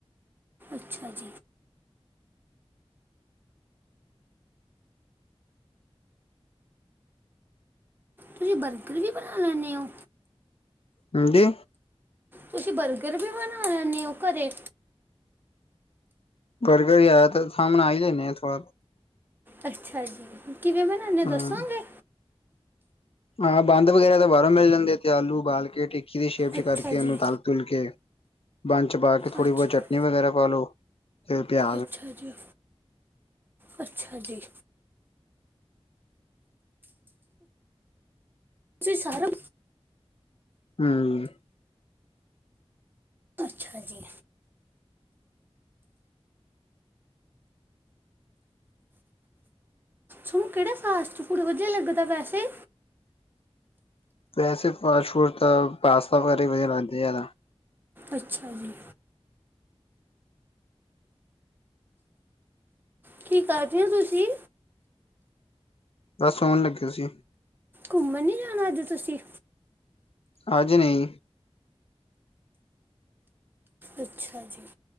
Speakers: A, on the right; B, on the left.
A: ਅੱਛਾ ਜ ਤੁਹੀ ਬਰਗਰ ਵੀ ਬਣਾ ਲੈਂਣੇ ਉ
B: ਹਾਂਜੀ?
A: ਤੁਸੀਂ ਬਰਗਰ ਵੀ ਬਣਾ ਲੈਂਨੇ ਓ ਘਰੇ?
B: ਬਰਗਰ ਜਾਦਾਤਰ ਹਾਂ ਬਨਾ ਈ ਲੈਨੇ ਆ ਥੋੜਾ
A: ਅੱਛਾ ਜੀ ਕਿਵੇਂ ਬਣਾਦੇ ਓ
B: ਹੂੰ
A: ਦੱਸੋਂਗੇ
B: ਹਾਂ ਬੰਦ ਵਗੈਰਾ ਤਾਂ ਬਾਰੋਂ ਮਿਲ ਜਾਂਦੇ ਐ ਤੇ ਆਲੂ ਓਬਾਲ ਕੇ ਠੀਕ ਕੀ ਦੀ ਸ਼ੇਪ 'ਚ
A: ਅੱਛਾ
B: ਕਰਕੇ ਇਹਨੂੰ
A: ਜੀ
B: ਤਲ ਤਲ ਕੇ, ਬੰਨ 'ਚ ਪਾ ਕੇ ਥੋੜੀ
A: ਅੱਛਾ
B: ਬਹੁਤ ਚਟਨੀ ਵਗੈਰਾ ਪਾ ਲੋ। ਤੇ ਪਿਆ
A: ਅੱਛਾ ਜੀ ਅੱਛਾ ਜੀ ਤੁਸੀ ਸਾਰੇ
B: ਹੂੰ।
A: ਅੱਛਾ ਜੀ ਤੁਆਨੂੰ ਕੇੜਾ ਫਾਸਟ ਫੂਡ ਵਦੀਆ ਲੱਗਦਾ ਵੈਸੇ
B: ਵੈਸੇ ਫਾਸਟ ਫੁਡ ਤਾਂ ਪਾਸਤਾ ਵਗੈਰਾ ਈ ਵਦੀਆ ਲਾਂਦੇ ਜੈਦਾ
A: ਅੱਛਾ ਜੀ। ਕੀ ਕਰਦੇ ਹੋ ਤੁਸੀ।
B: ਬਸ ਆਉਣ ਲੱਗੇ ਸੀ।
A: ਘੁੰਮਣ ਨੀ ਜਾਣਾ ਆੱਜ ਤੁਸੀ।
B: ਆੱਜ ਨਈ।
A: ਅੱਛਾ ਜੀ